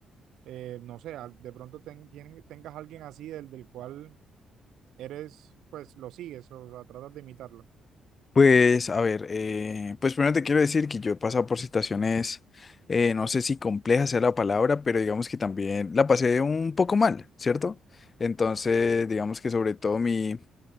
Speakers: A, on the right (about 75°); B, on the left (about 35°).
A: Eh, no sé, a- de pronto ten- tien- tengas alguien así del, del cual eres, pues lo sigues o sea, tratas de imitarlo.
B: Pues, a ver, eh, pues primero te quiero decir que yo he pasado por situaciones, eh, no sé si compleja sea la palabra, pero digamos que también la pasé un poco mal, ¿cierto? Entonces, digamos que sobre todo mi,